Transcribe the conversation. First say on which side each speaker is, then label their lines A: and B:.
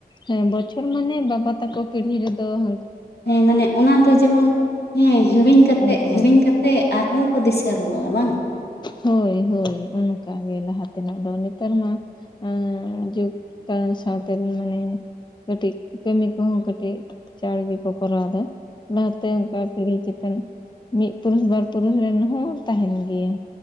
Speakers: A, on the left; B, on the left.
A: ᱦᱮᱸ ᱵᱚᱪᱷᱚᱨ ᱢᱟᱱᱮ ᱵᱟᱵᱟ ᱛᱟᱠᱚ ᱯᱤᱲᱦᱤ ᱨᱮᱫᱚ ᱦᱟ
B: ᱦᱮᱸ ᱢᱟᱱᱮ ᱚᱱᱟ ᱫᱚ ᱡᱮᱢᱚᱱ ᱦᱮᱸ ᱦᱤᱲᱤᱧ ᱠᱟᱛᱮ
A: ᱚᱱᱠᱟ
B: ᱦᱤᱲᱤᱧ ᱠᱟᱛᱮ ᱟᱨᱦᱚᱸ ᱠᱚ ᱫᱤᱥᱟᱹ ᱨᱩᱣᱟᱲᱟ ᱵᱟᱝ
A: ᱦᱚᱭ ᱦᱚᱭ ᱚᱱᱠᱟ ᱜᱮ ᱞᱟᱦᱟ ᱛᱮᱱᱟᱜ ᱫᱚ ᱱᱮᱛᱟᱨ ᱢᱟ ᱟᱸ ᱡᱩᱜᱽ ᱠᱚ ᱥᱟᱶᱛᱮ ᱢᱟᱱᱮ ᱠᱟᱹᱴᱤᱡ ᱠᱟᱹᱢᱤ ᱠᱚᱦᱚ ᱠᱟᱹᱴᱤᱡ ᱪᱟᱬ ᱜᱮᱠᱚ ᱠᱚᱨᱟᱣ ᱫᱟ ᱞᱟᱦᱟᱛᱮ ᱚᱱᱠᱟ ᱯᱤᱲᱦᱤ ᱪᱮᱛᱟᱱ ᱢᱤᱫ ᱯᱩᱨᱩᱥ ᱵᱟᱨ ᱯᱩᱨᱩᱥ ᱨᱮᱱ ᱦᱚ ᱛᱟᱦᱮᱱ ᱜᱮᱭᱟ